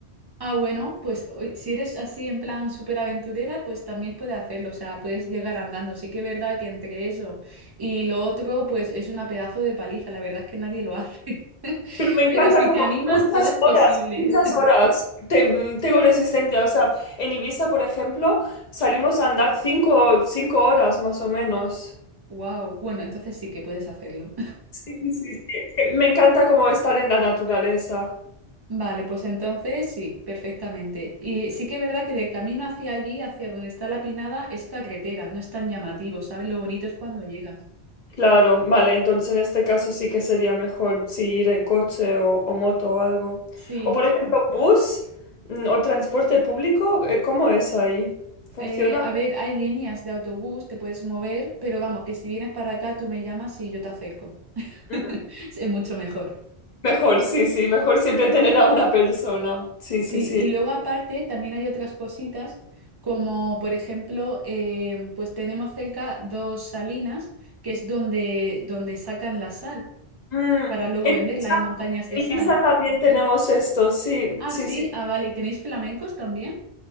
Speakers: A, on the right; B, on the left.
A: Ah, bueno, pues hoy- si eres así en plan súper aventurera, pues también puedes hacerlo, o sea, puedes llegar andando. Sí que es verdad que entre eso y lo otro, pues es una pedazo de paliza, la verdad es que nadie lo hace. <laughs>
B: Pero me encanta
A: Pero si
B: como
A: te animas,
B: muchas
A: todo es posible.
B: horas, muchas
A: <laughs>
B: horas. Te- tengo resistencia, o sea, en Ibiza, por ejemplo, salimos a andar cinco, cinco horas más o menos.
A: Wow, bueno, entonces sí que puedes hacerlo.
B: Sí, sí, sí. Es que Me encanta como estar en la naturaleza.
A: Vale, pues entonces sí, perfectamente. Y sí que es verdad que del camino hacia allí, hacia donde está la Pinada, es carretera, no es tan llamativo, ¿sabes? Lo bonito es cuando llegas.
B: Claro, vale, entonces en este caso sí que sería mejor si ir en coche o, o moto o algo.
A: Sí,
B: O por ejemplo, bus mm, o transporte público, eh, ¿cómo es ahí? ¿Funciona?
A: eh, a ver, hay líneas de autobús, te puedes mover, pero vamos, que si vienes para acá, tú me llamas y yo te acerco. <laughs>
B: Mm,
A: Es mucho mejor.
B: Mejor, sí, sí, mejor siempre tener a una persona. Sí,
A: Sí,
B: sí, sí.
A: y luego aparte también hay otras cositas, como por ejemplo, eh, pues tenemos cerca dos salinas, que es donde, donde sacan la sal.
B: Mm,
A: para luego
B: en
A: venderla.
B: Ibiza,
A: Hay montañas
B: en
A: de sal.
B: Ibiza también tenemos esto, sí,
A: Ah,
B: sí,
A: sí,
B: sí.
A: ah, vale. ¿Y tenéis flamencos también?